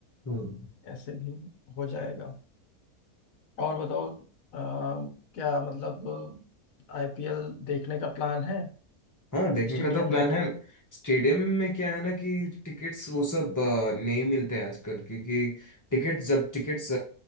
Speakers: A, on the left; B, on the left.
A: हम्म
B: ऐसे भी हो जाएगा और बताओ अ, क्या मतलब आईपीएल देखने का प्लान है
A: हाँ देखने
B: स्टेडियम
A: का तो प्लान
B: जाके
A: है स्टेडियम में क्या है ना कि टिकट्स वो सब अ, नहीं मिलते हैं आजकल क्योंकि टिकट्स जब टिकट्स